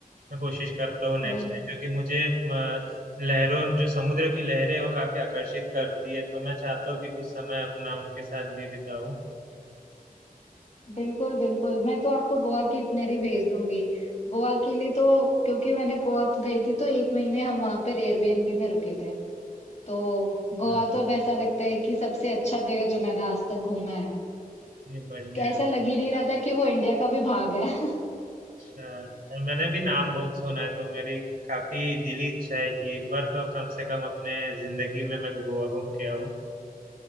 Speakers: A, on the right; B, on the left.
A: मैं कोशिश करता हूँ नेक्स्ट
B: देन
A: टाइम क्योंकि मुझे अ, लहरों जो समुद्र की लहरें हैं, वो काफी आकर्षित करती है तो मैं चाहता हूँ कि कुछ समय अपना उनके साथ भी बिताऊं
B: बिल्कुल, बिल्कुल। मैं तो आपको गोवा की इटिनरी भेज दूँगी। गोवा के लिए तो क्योंकि मैंने गोवा तो गई थी तो 1 महीने हम वहाँ पर एयरबीएनबी में रुके थे। तो
A: अ,
B: गोवा तो अब ऐसा लगता है कि सबसे अच्छा जगह जो मैंने आज तक घूमा है।
A: ये बढ़िया
B: ऐसा
A: है
B: लग ही नहीं रहा था कि वो इंडिया का भी भाग है। <laughs>
A: अच्छा सर, मैंने भी नाम बहुत सुना है तो मेरी काफी दिली इच्छा है कि एक बार तो कम से कम अपने जिंदगी में मैं गोवा घूम के आऊँ